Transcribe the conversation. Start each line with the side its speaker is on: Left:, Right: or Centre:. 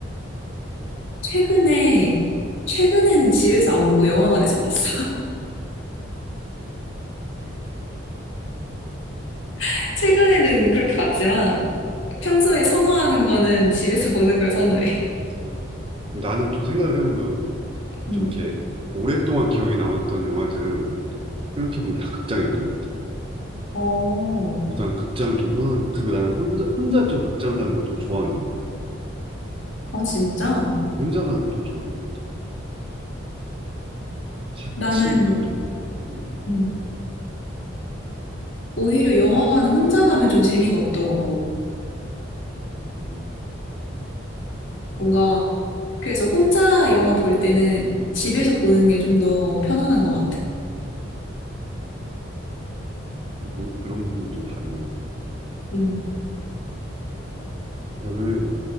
Left: 최근에, 최근에는 집에서 안 보고 영화관에서 봤어. <laughs> 최근에는 그렇게 봤지만 평소에 선호하는 거는 집에서 보는 걸 선호해.
Right: 음, 나는 또 생각을 해보면,
Left: 음.
Right: 좀 이렇게 오랫동안 기억에 남았던 영화들은 생각해보면 다 극장이었던 것 같아.
Left: 어,
Right: 그래서 난 극장을 좀 선호하는, 그리고 나는 혼자, 혼자 좀 극장 가는 걸 좀 좋아하는 것 같아.
Left: 아, 진짜?
Right: 뭐 혼자 가는 걸 좀 좋아하는 것 같아.
Left: 나는,
Right: 같이 가도, 음, 음.
Left: 음. 오히려 영화관은 혼자 가면 좀 재미가 없더라고.
Right: 음,
Left: 뭔가, 그래서 혼자 영화 볼 때는 집에서 보는 게 좀 더 편안한 것 같아.
Right: 그, 부- 그런 부분도 다르네.
Left: 음.
Right: 저는